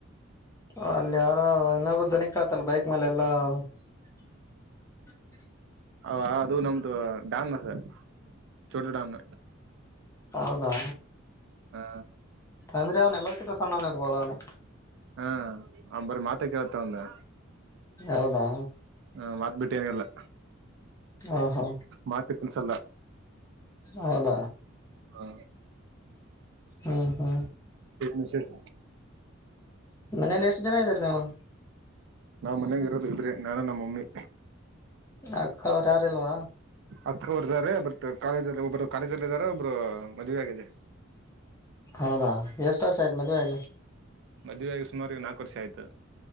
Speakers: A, on the left; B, on the right.
A: ಹಾ ಅಲ್ಲಿ ಯಾರೋ ಇನ್ನೊಬ್ರು ದನಿಕೇಳತ ಬೈಕ್ ಮೇಲೆ ಎಲ್ಲಾ <inaudible>
B: ಅ ಅದು ನಮ್ದು ಡಾಮ್ ಅದು ಚೋಟ ಡಾಮ್
A: ಹೌದಾ
B: ಹಾ
A: ಅಂದ್ರೆ ನನಗಿಂತ ಸಣ್ಣೊನ್ ಇರ್ಬೋದು ಅವ್ನು
B: ಹಾ ಅವನ್ ಬಾರಿ ಮಾತೆ ಕೇಳುತ್ತೆ ಅವನಂದು
A: ಹೌದಾ
B: ಹ ಮಾತ್ ಬಿಟ್ಟೆನಿಲ್ಲ‌.
A: ಹ ಹಾ
B: ಮಾತು ಕಲಸಲ್ಲ.
A: ಹೌದ
B: ಹಾ
A: ಹಾ ಹಾ
B: ಏನ್ ವಿಸೇಷ
A: ಮನೇಲಿ ಎಷ್ಟು ಜನ ಇದ್ದೀರಿ ನೀವು.
B: ನಾವ್ ಮನ್ಯಾಗ ಇರೋದು ಇಬ್ರೆ ನಾನು ನಮ್ಮ್ ಮಮ್ಮಿ.
A: ಅಕ್ಕವರೂ ಯಾರು ಇಲ್ವಾ.
B: ಅಕ್ಕವರಾರೆ ಬಟ್ ಕಾಲೇಜಲ್ಲಿ ಒಬ್ರು ಕಾಲೇಜ್ ಅಲ್ಲಿ ಇದ್ದಾರೆ ಒಬ್ಬರು ಮದ್ವೆ ಆಗಿದೆ.
A: ಹೌದಾ ಎಷ್ಟು ವರ್ಷ ಆಯ್ತು ಮದುವೆ ಆಗಿ
B: ಮದುವೆಯಾಗಿ ಸುಮಾರು ನಾಲ್ಕು ವರ್ಷ ಆಯ್ತು.